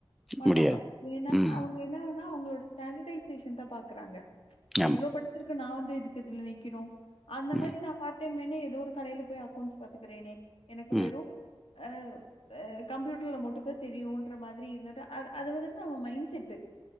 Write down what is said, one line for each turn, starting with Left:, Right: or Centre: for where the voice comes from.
Left: மாட்டாங்க
Centre: முடியாது.
Left: ஏன்னா
Centre: ம்.
Left: அவுங்க என்ன வேனா அவுங்களோட ஸ்டாண்டர்டைசேஷன் தா பாக்குறாங்க நா
Centre: ஆமா.
Left: இவ்ளோ படுச்சிருக்க நா வந்து து எதுக்கு இதுல நிக்கிறோ அந்த
Centre: ம்.
Left: மாரி நா பார்ட் டைம் வே னே ஏதோ ஒரு கடேல போய் அக்கோண்ட்ஸ் பாத்துக்குறேனே எனக்கு
Centre: ம்.
Left: வெறு அ அ கம்ப்யூட்டர்ல மட்டு தா தெரியுன்ற மாதிரி இருந்துட்டு அது அது வந்து நம்ம மைண் செட்டு